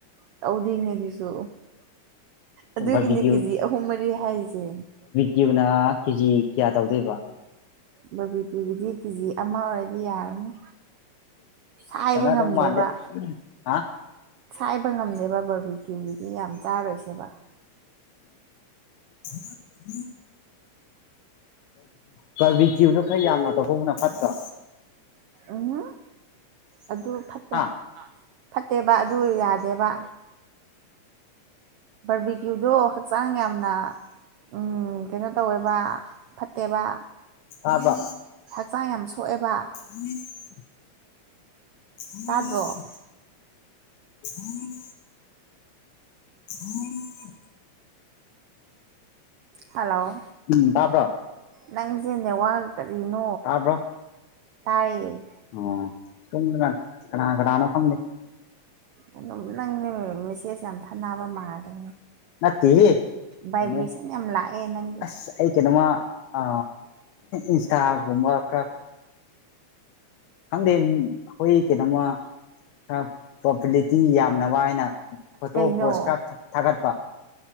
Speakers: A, on the right; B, on the left.
A: ꯇꯦꯗꯣꯏꯅꯦ ꯑꯗꯨꯖꯨ ꯑꯗꯨꯒꯤꯅꯤ
B: ꯕꯥꯔꯕꯤꯀ꯭ꯌꯨ
A: ꯀꯦꯖꯤ ꯑꯍꯨꯝ ꯃꯔꯤ ꯍꯥꯏꯁꯦ
B: ꯀꯨꯅꯥ ꯀꯦꯖꯤ ꯀꯌꯥ ꯇꯧꯗꯣꯏꯕ
A: ꯕꯕꯤꯀꯒꯤꯗꯤ ꯀꯦꯖꯤ ꯑꯃ ꯑꯣꯏꯔꯗꯤ ꯌꯥꯔꯅꯤ ꯁꯥꯏꯕ
B: ꯐꯅꯥꯗꯧ
A: ꯉꯝꯗꯦꯕ
B: ꯃꯥꯗꯦ ꯍꯥ
A: ꯁꯥꯏꯕ ꯉꯝꯗꯦꯕ ꯕꯔꯕꯤꯀꯤꯕꯤꯗꯤ ꯌꯥꯝ ꯇꯥꯔꯣꯏꯁꯦꯕ
B: ꯎꯝ ꯕꯔꯕꯤꯇꯤꯗꯣ ꯈꯔ ꯌꯥꯝꯅ ꯇꯧꯀꯧꯕꯅ ꯐꯠꯇ꯭ꯔꯣ
A: ꯑꯣ ꯑꯗꯨ ꯐꯠꯇꯦ
B: ꯍꯥ
A: ꯐꯠꯇꯦꯕ ꯑꯗꯨ ꯌꯥꯗꯦꯕ ꯕꯔꯕꯤꯇ꯭ꯌꯨꯗꯣ ꯍꯛꯆꯥꯡ ꯌꯥꯝꯅ ꯎ ꯀꯩꯅꯣ ꯇꯧꯋꯦꯕ ꯐꯠꯇꯦꯕ
B: ꯑꯝꯕ
A: ꯆ ꯌꯥꯝ ꯁꯣꯛꯑꯦꯕ
B: ꯎꯝ ꯎꯝ
A: ꯇꯥꯗ꯭ꯔꯣ
B: ꯎꯝ ꯎꯝ
A: ꯍꯜꯂꯣ
B: ꯎꯝ ꯇꯥꯕ꯭ꯔꯣ
A: ꯅꯪꯁꯦ ꯅꯦꯋꯥꯔ ꯀꯔꯤꯅꯣ
B: ꯇꯔꯕ
A: ꯇꯥꯏꯌꯦ
B: ꯑ ꯁꯨꯝꯗ ꯀꯅꯥ ꯀꯅꯥꯅ ꯈꯪꯗ
A: ꯑꯗꯨꯝ ꯅꯪꯅ ꯃꯦꯁꯦꯖ ꯌꯥꯝ ꯊꯥꯅꯕ ꯃꯥꯜꯂꯦ
B: ꯅꯠꯇ
A: ꯚꯥꯏꯕ꯭ꯔꯦꯁꯟ
B: ꯀꯩꯅꯣ
A: ꯌꯥꯝ ꯂꯥꯛꯑꯦ ꯅꯪꯒꯤ
B: ꯑꯁ ꯑꯩ ꯀꯩꯅꯣꯃ ꯑ ꯏꯟꯇꯒꯨꯃ ꯀ ꯈꯪꯗꯦ ꯑꯩꯈꯣꯏ ꯀꯩꯅꯣꯃ ꯈꯔ ꯄꯣꯄꯨꯂꯤꯇꯤ ꯌꯥꯝꯅꯕ ꯍꯥꯏꯅ ꯐꯣꯇꯣ
A: ꯀꯩꯅꯣ
B: ꯄꯣꯁ ꯈꯔ ꯊꯥꯒꯠꯄ